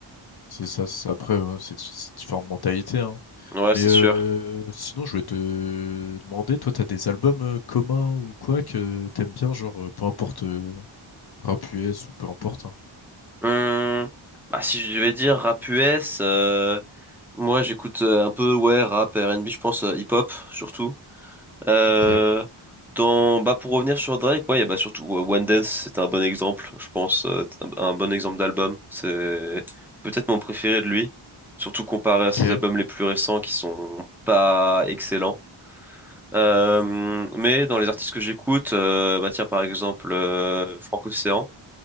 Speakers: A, on the left; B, in the centre.
A: c'est ça, c'est ça. Après, ouais, c'est c'est différentes mentalités, hein.
B: Ouais,
A: Mais
B: c'est
A: euh,
B: sûr.
A: sinon, je voulais te demander, toi, t'as des albums euh, communs ou quoi que t'aimes bien, genre, euh, peu importe. euh, Rap US ou peu importe. hein.
B: Hum, bah, si je devais dire rap US, euh, moi j'écoute euh, un peu ouais rap, R&B, je pense euh, hip-hop surtout. Euh,
A: Ok,
B: dans bah pour revenir sur Drake, ouais, il y a bah surtout euh, One Dance, c'est un bon exemple, je pense, euh, c'est un, un bon exemple d'album. C'est peut-être mon préféré de lui, surtout comparé à ses
A: ok.
B: albums les plus récents qui sont pas excellents. Euh, mais dans les artistes que j'écoute, euh, bah tiens par exemple euh, Franck Océan,